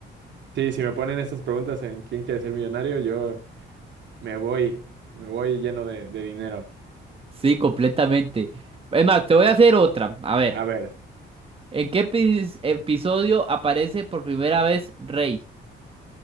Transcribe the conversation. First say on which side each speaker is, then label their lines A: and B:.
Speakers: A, on the right; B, on the right.
A: sí, si me ponen estas preguntas en quién quiere ser millonario, yo me voy, me voy lleno de, de dinero.
B: Sí, completamente. Es más, te voy a hacer otra. A ver,
A: A ver,
B: ¿en qué epi- episodio aparece por primera vez Rey?